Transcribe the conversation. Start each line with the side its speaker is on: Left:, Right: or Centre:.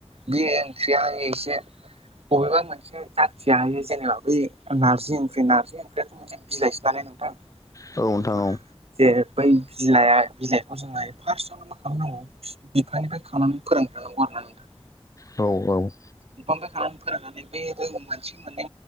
Right: बे ओंख्रिया एसे बबेबा मोनसे जाथिया हायो जेनेबा बे नारजि ओंख्रि नारजि ओंख्रियाथ' मोनसे बिलाइसो नालाय नोंथां औ
Left: नोंथां औ
Right: ए बै बिलाइाया बिलाइखौ जोङो <unintelligible> फार्स्टआवनो मा खालामनांगौ बिफानिफ्राय खानानै फोरानग्रोनांगौ आरो ना नोंथां।
Left: औ औ।
Right: बिफांनिफ्राय खानानै फोराननानै बे-बे मोनसे मोननै